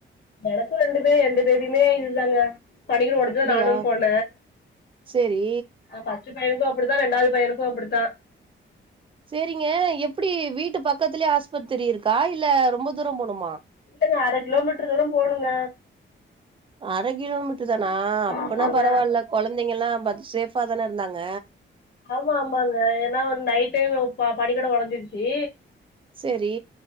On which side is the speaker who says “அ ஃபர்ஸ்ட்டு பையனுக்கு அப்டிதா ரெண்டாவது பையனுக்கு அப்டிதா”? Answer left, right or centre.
Left